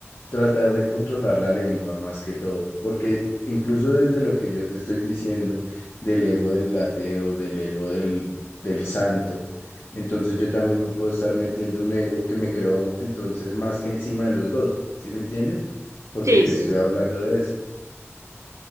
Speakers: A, on the left; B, on the right.
A: tratar de controlar la lengua más que todo, porque incluso desde lo que yo te estoy diciendo, del ego del ateo, del ego del, del santo, entonces yo también me puedo estar metiendo un ego que me creo entonces más que encima de los dos, ¿sí me entiendes? Porque
B: Sí,
A: te
B: sí,
A: estoy
B: sí.
A: hablando de eso.